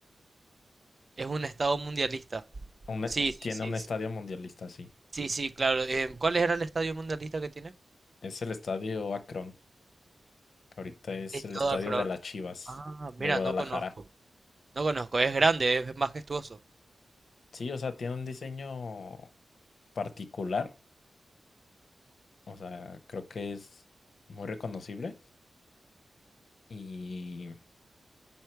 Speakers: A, on the right; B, on the left.
A: Es un estado mundialista.
B: Un
A: Sí,
B: e- un-
A: sí,
B: tiene
A: sí.
B: un
A: Sí,
B: estadio mundialista, sí.
A: sí, sí, claro. Eh, ¿cuál era el estadio mundialista que tiene?
B: Es el estadio Akron, que ahorita es
A: Estado
B: el estadio
A: Akron.
B: de las Chivas
A: Ah, mira,
B: de Guadalajara.
A: no conozco. No conozco. Es grande, es majestuoso.
B: Sí, o sea, tiene un diseño particular, o sea, creo que es muy reconocible. Y